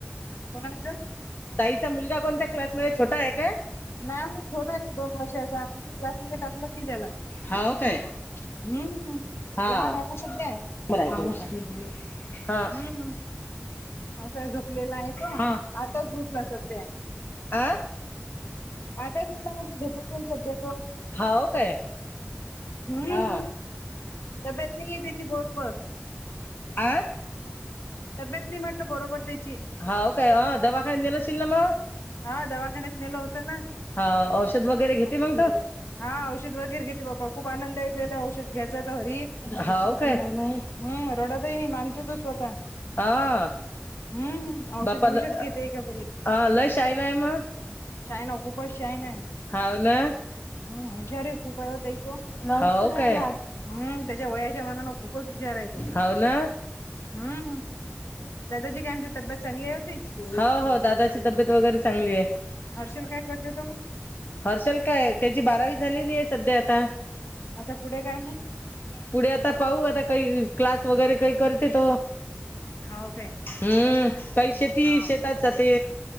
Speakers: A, on the left; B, on the left.
A: कोणाचं?
B: ताईचा मुलगा कोणत्या क्लासमध्ये? छोटा आहे का?
A: नाही, छोटा आहे. दोन वर्षाचा. क्लासमध्ये टाकला नाही त्याला,
B: हाव काय
A: हम्म.
B: हा,
A: लहान आहे ना सध्या
B: बरंय, हा.
A: हम्म असा झोपलेला आहे तो.
B: हा
A: आत्ताच उठला सध्या,
B: आ
A: हं. आता उठला म्हणा. झुप पण सध्या तो,
B: हाव काय
A: हम्.
B: हा
A: तब्येत नाहीये त्याची बरोबर.
B: आं.
A: तब्येत नाही म्हटलं बरोबर त्याची.
B: हाव, काय? अ, दवाखान्यात नेल असशील ना मग?
A: हा, दवाखान्यात नेलं होत ना.
B: हा, औषध वगैरे घेते मंग तो?
A: हा, औषध वगैरे घेते. बाबा, खूप आनंदय गेलं औषध घ्यायच तर हरी.
B: हावं, काय.
A: हम, रडतही नाही. मागतो तू स्वतः.
B: हा,
A: हं, औषध-बिवषध
B: बापाला
A: घेते का बरी.
B: हा लयं शहाणा नाय मग.
A: शहाणा आहे, खूपच शहाणा आहे.
B: हावं ना.
A: हम्म, हुशार आहे खूप ओ, ताई तो.
B: हो, काय.
A: हम लं, त्याच्या वयाच्या मानाने खूपच हुशार आहे तो.
B: हाव ना
A: हम, दादाची काय ते तब्येत चांगली आहे होती.
B: हो-हो, दादाची तब्येत वगैरे चांगली आहे.
A: हर्षल, काय करतेेत मग?
B: हर्षल काय, त्याची बारावी झालेली आहे सध्या आता.
A: आता पुढे काय मग?
B: पुढे आता पाहू, आता काही क्लास वगैरे काही करतेत.
A: हाव काय?
B: हम्म काही शेती
A: हां,
B: शेतात जाते.